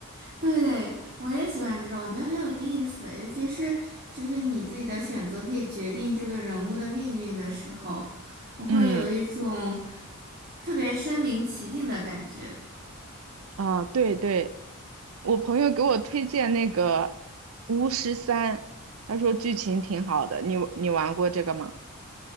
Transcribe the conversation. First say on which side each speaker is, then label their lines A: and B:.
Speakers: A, on the right; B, on the right.
A: 对对，我也喜欢这种，我觉得很有意思，尤其是就是你自己的选择可以决定这个人物的命运的时候，我会有一种。
B: 嗯，
A: 特别身临其境的感觉。
B: 啊，对对，我朋友给我推荐那个《巫师三》，他说剧情挺好的，你你玩过这个吗？